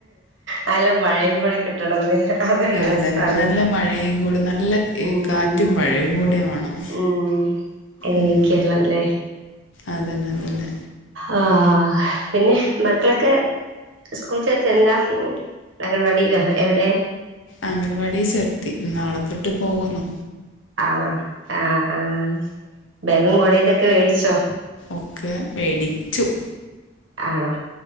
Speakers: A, on the right; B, on the left.
A: നല്ലാം മഴയും കൂടി കിട്ടണംന്ന് അതൊരു
B: ആ
A: രസാണ്
B: അതന്നെ നല്ല മഴയും കൂടി നല്ല ഏ,
A: ഉം
B: കാറ്റും മഴയും കൂടി വേണം
A: ഉം അ ങ്ങനെയൊക്കെയള്ളത്
B: ഉം
A: ല.
B: അതന്നെ അതന്നെ
A: ആഹ് പിന്നെ മക്ക്ളൊക്കെ സ്കൂൾ ചേർത്തി എന്താ അംഗൻ വാടില്ലോ എവിടെ?
B: അംഗൻ വാടി ചേർത്തി നാളെത്തൊട്ട് പോവുന്നു.
A: ആണോ ആഹ് ആഹ് ബേഗും കൊടേതൊ ക്കെ വേടിച്ചോ?
B: ഒക്കെ മേടിച്ചു
A: ആണോ